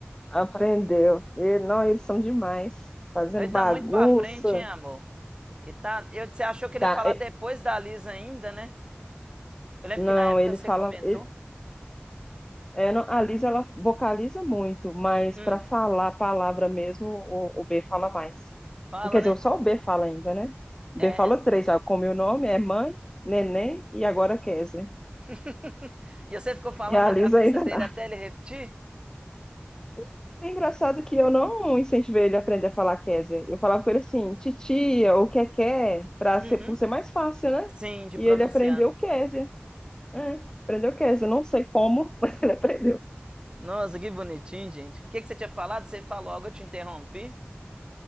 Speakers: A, on the left; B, on the right.
A: Aprendeu. E, não, eles são demais. Fazendo
B: Nós
A: bagunça.
B: tá muito pra frente, hein, amor? E tá. Eu, você achou que ele
A: Tá,
B: ia falar
A: e-
B: depois da Lisa ainda, né? Eu lembro
A: não,
B: que na época
A: ele
B: você
A: fala.
B: comentou.
A: ele- é, não, a Liz ela vocaliza muito, mas
B: Hum,
A: para falar a palavra mesmo, o, o B fala mais.
B: fala,
A: Quer
B: né?
A: dizer, só o B fala ainda, né? O
B: É.
A: B falou três já, como meu nome é mãe, neném e agora Kézia.
B: <laughs> e você ficou falando
A: E a
B: na
A: Liz
B: cabeça
A: ainda
B: dele
A: não.
B: até ele repetir?
A: <laughs> É engraçado é que eu não incentivei ele a aprender a falar Kézia. Eu falava com ele assim, titia, ou que quer, para
B: Uhum.
A: ser, por ser mais fácil, né?
B: Sim, de
A: E
B: pronunciar.
A: ele aprendeu Kézia. É, aprendeu Kézia. Eu Não sei como, <laughs> mas aprendeu.
B: Nossa, que bonitinho, gente. O que, que você tinha falado? Você falou algo, eu te interrompi.